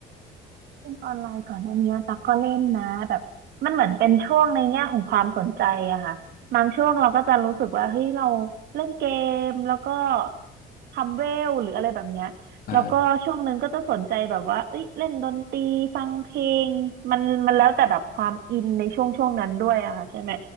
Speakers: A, on the right; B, on the left.
A: เล่นออนไลน์ก่อนหน้านี้ตักก็เล่นนะแบบมันเหมือนเป็นช่วงในแง่ของความสนใจอะค่ะบางช่วงเราก็จะรู้สึกว่าเฮ้ยเราเล่นเกมแล้วก็ทำเวลหรืออะไรแบบเนี้ยแล้วก็ช่วงหนึ่งก็จะสนใจแบบว่าเอ้ยเล่นดนตรีฟังเพลงมันมันแล้วแต่แบบความอินในช่วงช่วงนั้นด้วยอะค่ะใช่ไหม
B: อ่า